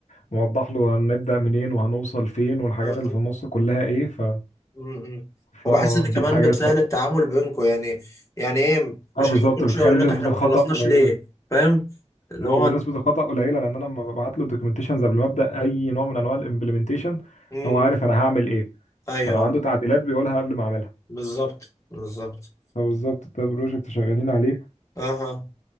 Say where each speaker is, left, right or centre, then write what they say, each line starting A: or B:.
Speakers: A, on the left; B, on the left.
A: موضح له هنبدا منين وهنوصل فين والحاجات
B: آه.
A: اللي في النص كلها ايه ف...
B: مم. وبحس
A: فدي
B: ان كمان
A: الحاجات
B: بتسهل
A: بقى
B: التعامل بينكم يعني يعني ايه مش
A: اه بالظبط
B: هقعد كل
A: بتخلي
B: شويه اقول لك
A: نسبة
B: احنا ما
A: الخطأ
B: خلصناش
A: قليلة
B: ليه فاهم اللي
A: آه،
B: هو
A: ونسبة
B: ما انت
A: الخطأ قليلة لأن أنا لما ببعت له الدوكيومنتيشنز قبل ما أبدأ أي نوع من أنواع الإمبلمنتيشن
B: مم.
A: هو عارف أنا هعمل إيه
B: ايوه
A: فلو
B: آه.
A: عنده تعديلات بيقولها قبل ما أعملها
B: بالظبط بالظبط
A: فبالظبط ده بروجكت شغالين عليه
B: اها